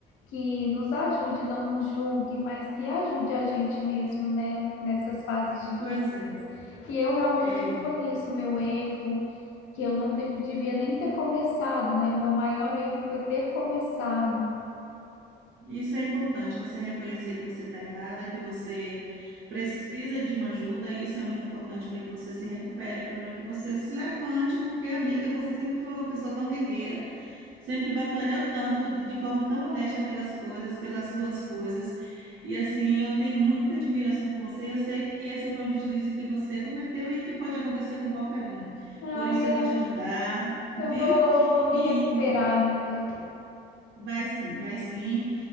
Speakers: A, on the left; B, on the right.
A: que nos ajude, não nos julgue, mas que ajude a gente mesmo, né, nessas fases difíceis.
B: Pois é.
A: E eu realmente
B: É,
A: reconheço o meu erro, que eu não dev- devia nem ter começado, né? O meu maior erro foi ter começado.
B: isso é importante, você reconhecer que você está errada, que você precisa de uma ajuda, e isso é muito importante para que você se recupere, para que você se levante, porque, amiga, você sempre foi uma pessoa tão guerreira. Sempre batalhou tanto, de de forma tão honesta pelas coisas, pelas suas coisas. E assim, eu tenho muita admiração por você e eu sei que esse foi um deslize que você cometeu e que pode acontecer com qualquer um.
A: Ai,
B: Por isso eu vou
A: ai,
B: te ajudar, viu?
A: eu vou, vou me
B: E
A: recuperar, amiga.
B: vai sim, vai sim.